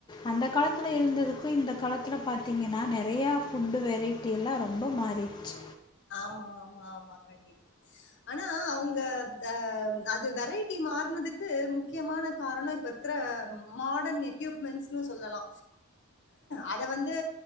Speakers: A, on the left; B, on the left.
A: அந்த காலத்து ல இருந்ததுக்கு இந்த காலத்துல பாத்தீங்கன்னா நறையா ஃபுட்டு வெரைட்டி எல்லா ரொம்ப மாறிடுச்சு
B: ஆமா ஆமா ஆமா கண்டிப்பா ஆனா அவங்க அ அது வேர் வெரைட்டி மாறனதுக்கு முக்கியமான காரணோ இப்ப இருக்குற மாடன் எக்யூப்மென்ஸ்னு சொல்லலா அத வந்து